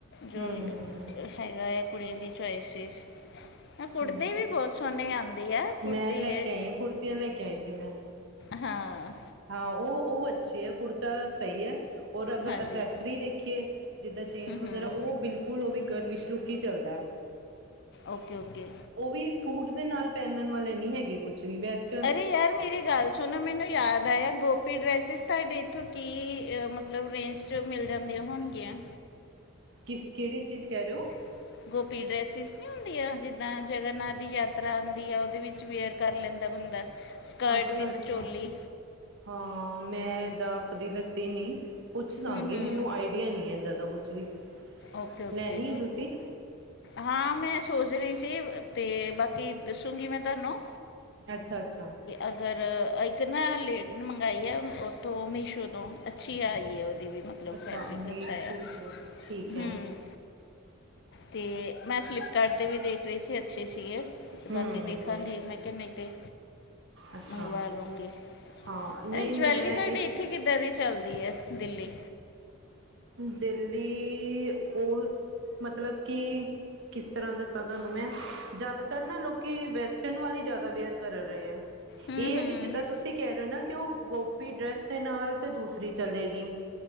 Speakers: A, on the left; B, on the right.
A: ਜੋ,
B: ਹੂੰ
A: ਹੈਗਾ ਏ ਕੁੜੀਆਂ ਦੀ ਚੁਆਇਸਿਸ। ਏ ਕੁੜਤੇ
B: ਹੂੰ
A: ਵੀ ਬੋਤ ਸੋਣੇ ਆਂਦੇ ਆ। ਕੁੜਤੇ
B: ਮੈਂ ਲੈ ਕੇ ਆਈ ਆ ਕੁੜਤੀਆਂ ਲੈ ਕੇ ਆਈ ਸੀ ਮੈਂ।
A: ਹਾਂ।
B: ਹਾਂ ਉਹ ਉਹ ਅੱਛੇ ਆ ਕੁੜਤਾ ਸਈ ਏ ਔਰ ਅਗਰ
A: ਹਾਂਜੀ
B: ਅਸੈਸਰੀ ਦੇਖੀਏ ਜਿੱਦਾਂ ਚੇਨ
A: ਹਮ
B: ਵਗੈਰਾ
A: ਹਮ
B: ਉਹ ਬਿਲਕੁਲ ਉਹ ਵੀ ਗਰਲਿਸ਼ ਲੁਕ ਈ ਚੱਲਦਾ।
A: ਓਕੇ-ਓਕੇ।
B: ਉ ਵੀ ਸੂਟ ਦੇ ਨਾਲ ਪੇਨਣ ਵਾਲੇ ਨੀ ਹੈਗੇ ਕੁਛ ਵੀ ਵੈਸੇ
A: ਅਰੇ ਯਾਰ ਮੇਰੀ ਗੱਲ ਸੁਣੋ ਮੈਨੂੰ ਯਾਦ ਆਏਆ ਗੋ ਫੇਰ ਡ੍ਰੈਸਿੰਸ ਤਾਡੇ ਏਥੋਂ ਕੀ ਅ ਮਤਲਬ ਰੇਂਜ 'ਚ ਮਿਲ ਜਾਂਦੀਆ ਹੋਨਗੀਆਂ
B: ਕਿ ਕੇੜੀ ਚੀਜ਼ ਕਹ ਰਐ ੳ
A: <unintelligible> ਗੋਪੀ ਡ੍ਰੈੱਸਸਿ ਨੀ ਹੁੰਦੀਆਂ ਜਿੱਦਾਂ ਜਗਨਨਾਥ ਦੀ ਯਾਤਰਾ ਹੁੰਦੀ ਆ ਉਦੇ ਵਿੱਚ ਵੇਅਰ ਕਰ ਲੈਂਦਾ ਬੰਦਾ ਸਕਰਟ
B: ਅੱਛਾ-ਅੱਛਾ
A: ਵਿਦ ਚੋਲੀ
B: ਹਾਂ ਮੈਂ ਏਦਾ ਕਦੀ ਲਿਤੀ ਨੀ ਪੁੱਛ ਦਾਂਗੀ
A: ਹੂੰ ਹੂੰ
B: ਮੈਨੂੰ ਆਈਡੀਆ ਨੀ ਏਦਾਂ ਦਾ ਕੁਛ ਵੀ
A: ਓਕੇ-ਓਕੇ
B: ਲੈਣੀ ਹੈ ਤੁਸੀਂ
A: ਹਾਂ ਮੈਂ ਸੋਚ ਰਈ ਸੀ ਤੇ ਬਾਕੀ ਦੱਸੂੰਗੀ ਮੈਂ ਤਾਨੂੰ
B: ਅੱਛਾ-ਅੱਛਾ।
A: ਅਗਰ ਇੱਕ ਨਾ ਲਿਡ ਮੰਗਾਈ ਏ ਉਥੋ ਮੀਸ਼ੋ ਤੋਂ ਅੱਛੀ ਆਈ ਏ ਉਦੀ ਵੀ ਮਤਲਬ
B: ਅੱਛਾ
A: ਫੈਬਰਿਕ
B: ਮੀਸ਼ੂ
A: ਅੱਛਾ ਆ
B: ਤੋਂ ਠੀਕ ਏ
A: ਹੂੰ ਤੇ ਮੈਂ ਫਲਿਪਕਾਰਟ ਵੀ ਦੇਖ ਰਈ ਸੀ ਅੱਛੇ ਸੀਗੇ ਤੇ ਬਾਕੀ
B: ਹੂੰ,
A: ਦੇਖਾਂਗੀ ਮੈਂ ਕੇਆ ਨਈ ਤੇ
B: ਅੱਛਾ
A: ਮੰਗਵਾ ਲੂੰਗੀ
B: ਹਾਂ ਨਹੀਂ
A: ਅਰੇ ਜਵੈਲਰੀ
B: ਮੈਂ
A: ਤਾਡੀ
B: ਇਹ
A: ਉਥੇ ਕਿੱਥੇ ਕਿੱਦਾਂ ਦੀ ਚੱਲਦੀ ਏ ਦਿੱਲੀ
B: ਦਿੱਲੀ ਉਹ ਮਤਲਬ ਕਿ ਕਿਸ ਤਰ੍ਹਾਂ ਦੱਸਾਂ ਤੁਹਾਨੂੰ ਮੈਂ ਜ਼ਿਆਦਾਤਰ ਨਾ ਲੋਕੀ ਵੈਸਟਰਨ ਵਾਲੀ ਹੀ ਜ਼ਿਆਦਾ ਵੇਅਰ ਕਰ ਰਹੇ ਆ
A: ਹੂੰ
B: ਇਹ ਏ
A: ਹੂੰ
B: ਕਿ ਜਿੱਦਾਂ ਤੁਸੀਂ ਕਹਿ ਰਹੇ ਔ ਨਾ ਕਿ ਉਹ ਗੋਪੀ ਡ੍ਰੈਸ ਦੇ ਨਾਲ ਤੇ ਦੂਸਰੀ ਚਲੇਗੀ